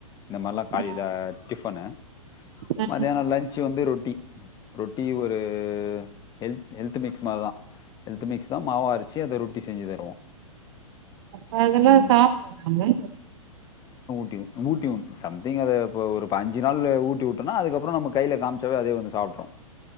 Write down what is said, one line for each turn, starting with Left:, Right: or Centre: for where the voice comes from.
Left: இந்த மாரில்லா காலில
Right: ஆ
Left: டிஃபனு
Right: ஆ
Left: மத்தியான லன்ச் வந்து ரொட் டி ரொட்டியு ஒரு ஹெல்த் ஹெல்த் மிக்ஸ் மாரிதா ஹெல்த்து மிக்ஸ்தா மாவா அரச்சி அத ரொட்டி செஞ்சி தருவோ
Right: அப்ப அதெல்லா
Left: ம்
Right: சாப்ட நாம
Left: ஊட்டி ஊட்டிங் சம்திங் அது போ ஒரு அஞ்சு நாளு ஊட்டி விட்டேன்னா அதுக்கப்றோ நம்ம கையில காமிச்சாவே அதுவே வந்து சாப் ட்ரு